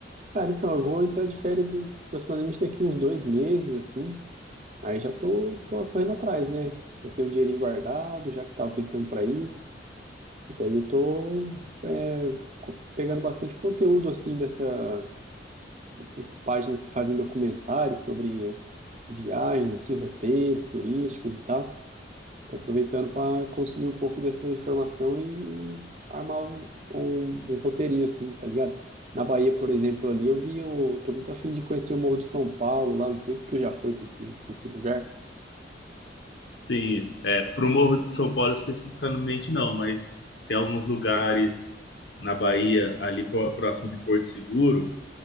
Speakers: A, on the right; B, on the left.
A: Cara, então eu vou entrar de férias hum, aproximadamente daqui uns dois meses, assim. Aí já tô, tô correndo atrás, né? Já tenho um dinheirinho guardado, já que tava pensando para isso. E daí eu tô é, co- pegando bastante conteúdo, assim, dessa, dessas páginas que fazem documentários sobre viagens, assim, roteiros turísticos e tal. Estou aproveitando para consumir um pouco dessa informação e armar um, um- um roteirinho assim, tá ligado? Na Bahia, por exemplo, ali eu vi, o- eu tô muito afim de conhecer o Morro do São Paulo lá, não sei se tu já foi para esse, pra esse lugar.
B: Sim, é, para o Morro de São Paulo especificamente não, mas tem alguns lugares na Bahia, ali pró- próximo de Porto Seguro,